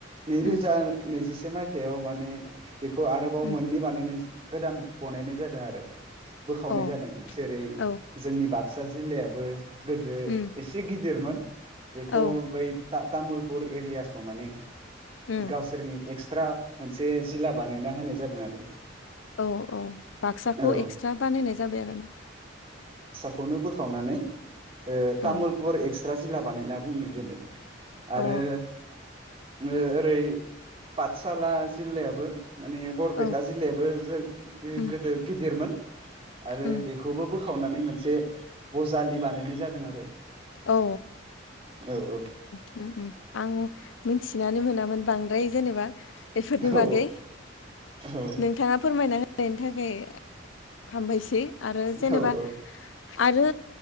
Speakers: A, on the right; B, on the left.
A: नैरोजा
B: उम
A: नैजिसे मायथाइयाव माने बेखौ आरोबाव
B: उम
A: मोननै बानायनाय ज। गोदान बनायनाय जादों आरो बोखावनाय
B: अ
A: जादों जेरै
B: औ
A: जोंनि बाग। बाक्सा जिल्लायाबो गोदो
B: उम
A: इसे गिदिरमोन। बेखौ
B: औ
A: बै ता-तामुलपुर एरियाखौ माने
B: उम
A: गावसोरनि। एक्सट्रा मोनसे जिला बानायना होनाय जादों आरो।
B: औ औ बाक्साखौ
A: औ
B: एक्सट्रा बानायनाय जाबाय आरो।
A: खौनो बोखावनानै ओ तामुलपुर
B: औ
A: एक्सट्रा जिल्ला बानायना बुंनो जादो
B: अ
A: आरो ओ ओरै पाठसाला जिल्लायाबो माने बरपेटा
B: औ
A: जिल्लायाबो जो
B: उम
A: गोदो गिदिरमोन आरो
B: उम
A: बेखौबो बोखावनानै मोनसे बजालि बानायनाय जादों आरो
B: औ
A: औ औ
B: उम उम आं मिथिनानै मोनामोन बांद्राय जेनेबा बेफोरनि
A: औ
B: बागै
A: औ
B: नोंथाङा फोरमायना हो नायनि थाखाय हामबायसै आरो जेनेबा
A: औ औ
B: आरो